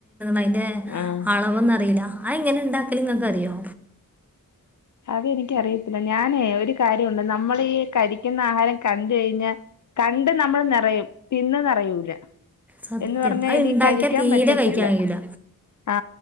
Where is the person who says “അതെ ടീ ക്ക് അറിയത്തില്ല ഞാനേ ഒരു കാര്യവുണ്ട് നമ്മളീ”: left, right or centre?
Left